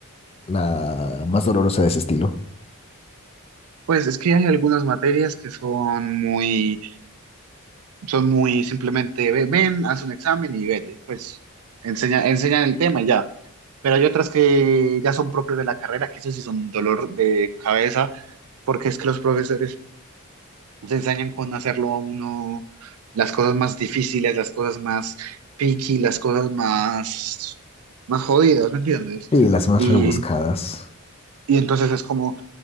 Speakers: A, on the left; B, on the right.
A: la más dolorosa de ese estilo.
B: Pues es que hay algunas materias que son muy... Son muy simplemente, ve- ven, haz un examen y vete. Pues enseña, enseñan el tema y ya. Pero hay otras que ya son propias de la carrera, que eso sí son dolor de cabeza, porque es que los profesores se ensañan con hacerlo a uno las cosas más difíciles, las cosas más picky, las cosas más, más jodidas, ¿me entiendes?
A: Sí, las más
B: Y,
A: rebuscadas.
B: y entonces es como